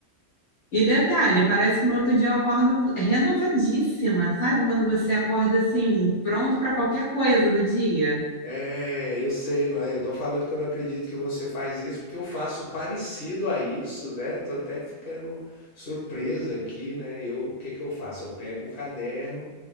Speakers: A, on the left; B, on the left.
A: E detalhe, parece que no outro dia eu acordo renovadíssima, sabe? Quando você acorda assim, pronto para qualquer coisa do dia.
B: É, eu sei, não é? Eu tô falando que eu não acredito que você faz isso, porque eu faço parecido a isso, né? Tô até ficando surpresa aqui, né? Eu, o que que eu faço? Eu pego um caderno,